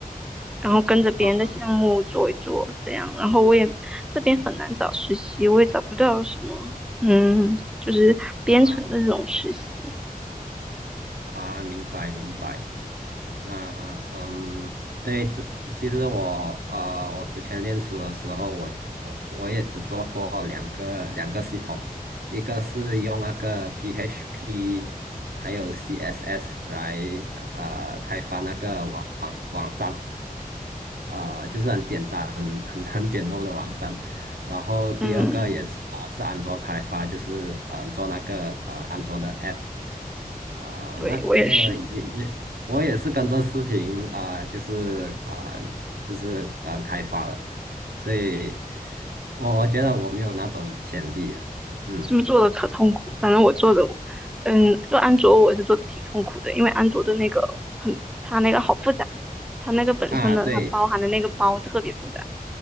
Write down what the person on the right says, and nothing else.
好
啊啊，明白明白。那嗯，对，这其实我啊、呃我之前练书的时候，我我我也只做过两个两个系统，一个是用那个 PHP 还有 CSS 来呃开发那个网网网站，呃，就是很简单很很简陋的网站。然后第二个也是啊、
是安卓开发，就是呃做那个呃安卓的 app。啊、
那个也也，
我也是跟着视频啊、就是啊、就是啊、开发的，所以我我觉得我没有那种潜力啊嗯
啊对